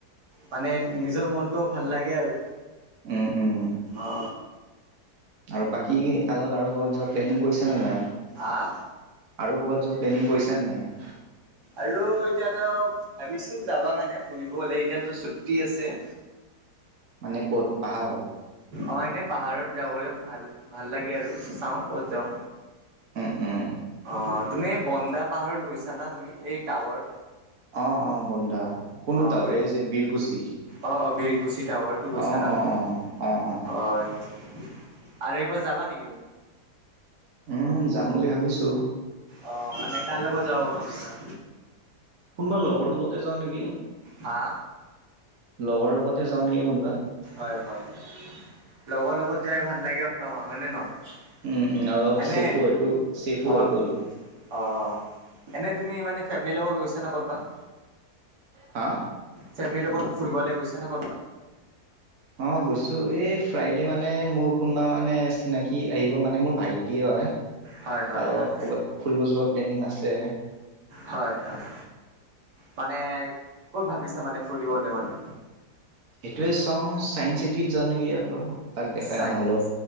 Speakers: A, on the right; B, on the right.
A: মানে নিজৰ মনটোও ভাল লাগে আৰু
B: উম উম
A: অ।
B: আৰু বাকী তালগত আৰু কবাত যোৱা প্লেনিং কৰিছা নে নাই?
A: আআ
B: আৰু কবাত যোৱা প্লেনিং কৰিছা নে নাই?
A: আৰু এতিয়াতো ভাবিছো যাব কাৰণে ফুৰিবলে এতিয়াতো ছুটি আছে।
B: মানে ক'ত পাহাৰত?
A: অ এনে পাহাৰত যাবলে ভাল লাগে আৰু চাওঁ ক'ত যাওঁ।
B: উম উম
A: অ তুমি এই বন্দা পাহাৰত গৈছা না তুমি এই টাৱাৰ?
B: অ অ বন্দা কোনটো
A: অ
B: টাৱাৰ এই যে বীৰকুছি?
A: অ অ বীৰকুছি টাৱাৰটো গৈছা
B: অ
A: ন
B: অ
A: তুমি?
B: অ অ অ
A: হয় আৰু একবাৰ যাবা নেকি তুমি?
B: উম যাম বুলি ভাবিছো।
A: অ মানে কাৰ লগত যাব ভাবিছা?
B: কোনোবা লগৰ লগতে যাওঁ নেকি।
A: হা
B: লগৰ লগতে যাওঁ নেকি কোনোবা।
A: হয় হয়, লগৰ লগত যাই ভাল লাগে আৰু হয় নে নহয়?
B: <unintelligible>
A: এনে অ' অ', এনেই তুমি মানে ফেমলিৰ লগত গৈছা নে কতবা?
B: হা?
A: ফেমলিৰ লগত ফুৰিবলে গৈছা নে কত'বা?
B: অ' গৈছো, এই ফ্ৰাইডে মানে মোৰ কোনোবা মানে চিনাকি আহিব মানে, মোৰ ভাইটিয়ে হয়।
A: হয় হয়
B: তাৰ লগত
A: হয়,
B: ক'ৰবাত ফুৰিব যোৱা প্লেনিং আছে।
A: হয় হয়, মানে ক'ত ভাবিছে মানে ফুৰিবলৈ মানে?
B: সেইটোৱে, চাওঁ, চাইন্স চিটিত যাওঁ নেকি আকৌ। তাক দেখাই
A: চাইন্স
B: আহোঁ অলপ।